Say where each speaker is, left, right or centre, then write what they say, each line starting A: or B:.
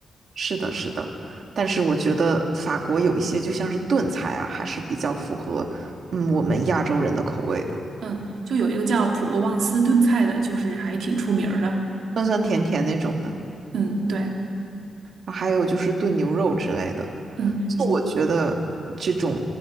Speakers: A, on the right; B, on the right.
A: 是的，是的，但是我觉得法国有一些就像是炖菜啊，还是比较符合嗯我们亚洲人的口味的，
B: 嗯，就有一个叫普罗旺斯炖菜的，就是还挺出名儿的。
A: 酸酸甜甜那种的。
B: 嗯，对，
A: 还有就是炖牛肉之类的。
B: 嗯，
A: 就我觉得这种，